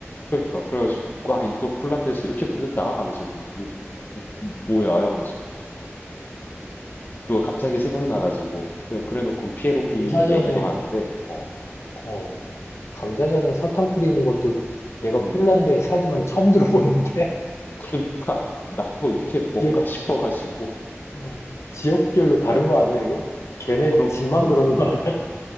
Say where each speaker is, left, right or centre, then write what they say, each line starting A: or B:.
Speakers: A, on the left (about 40°); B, on the left (about 75°).
A: 그러니까, 그래가지고, 와, 이거 폴란드에서 이렇게 먹는다? 하면서, 뭐, 이거 뭐- 뭐야? 하면서. 그거 갑자기 생각나가지고, 그래, 그래 놓고 피에로기
B: 감자전에
A: 얘기도 하는데, 어,
B: 어 감자전에 설탕 뿌리는 건 또 내가
A: 음.
B: 폴란드에 살지만 처음 들어보는데
A: 그러니까 나도 이게 뭔가
B: <laughs>
A: 싶어가지고
B: 어, 지역별로 다른
A: 어,
B: 거 아니야, 이건? 걔네
A: 그런
B: 집만
A: 음,
B: 그러는 거 아니야?